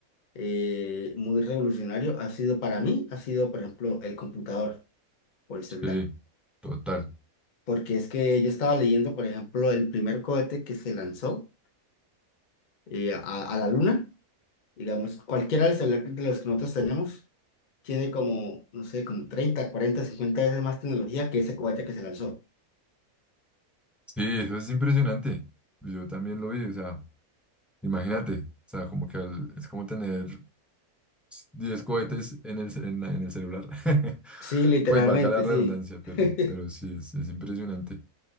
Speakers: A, on the left (about 40°); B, in the centre.
A: eh, muy revolucionario ha sido para mí, ha sido, por ejemplo, el computador o el celular.
B: Sí, total.
A: Porque es que yo estaba leyendo, por ejemplo, el primer cohete que se lanzó eh, a, a la luna. Digamos, cualquiera de los celulares de los que nosotros tenemos tiene como, no sé, como 30 40 50 veces más tecnología que ese cohete que se lanzó.
B: Sí, eso es impresionante. Yo también lo vi, o sea, imagínate, o sea, como que al- es como tener 10 cohetes en el, ce- en la- en el celular. <laughs>
A: Sí, literalmente,
B: Pues valga la redundancia,
A: sí. <laughs>
B: pero, pero sí, es, es impresionante